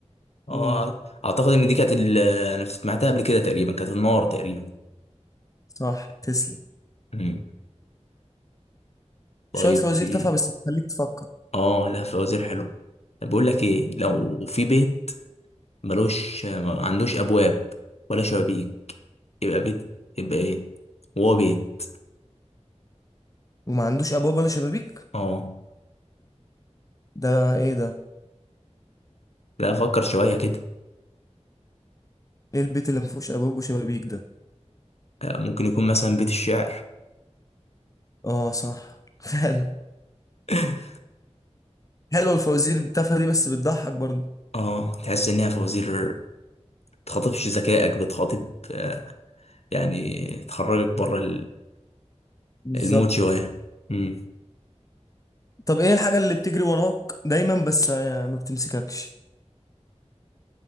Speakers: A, on the left (about 60°); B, on the left (about 30°).
A: اه
B: امم
A: اعتقد ان دي كانت ال- انا سمعتها قبل كده تقريبا كانت النار تقريبا
B: صح تسلم
A: مم. طيب
B: شوية فوازير
A: في
B: تافهة بس بتخليك تفكر
A: اه لا فوازير حلو طب بقول لك ايه لو في بيت ملوش ما عندوش ابواب ولا شبابيك يبقى بيت يبقى ايه هو بيت
B: وما عندوش ابواب ولا شبابيك
A: اه
B: ده ايه ده
A: لا فكر شوية كده
B: ايه البيت اللي ما فيهوش ابواب وشبابيك ده
A: ممكن يكون مثلا بيت الشعر
B: اه صح <laughs> فعلا
A: <laughs>
B: حلوة الفوازير التافهة دي بس بتضحك برضه
A: اه تحس انها فوازير تخاطبش ذكائك بتخاطب آه، يعني تخرجك بره ال-
B: بالظبط
A: المود شوية امم
B: طب ايه الحاجة اللي بتجري وراك دايما بس آه، ما بتمسككش